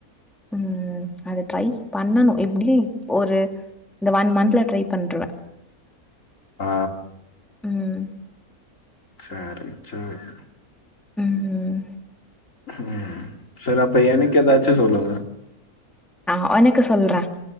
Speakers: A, in the centre; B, on the left.
A: ம் அது ட்ரை பண்ணணும் எப்டியே ஒரு இந்த ஒன் மந்த்ல ட்ரை பண்றுவேன்
B: ஆ
A: ம்
B: சேரி சேரி
A: ம்
B: ம் செரி அப்ப எனக்கு எதாச்சு சொல்லுங்க
A: ஆ ஒனக்கு சொல்றே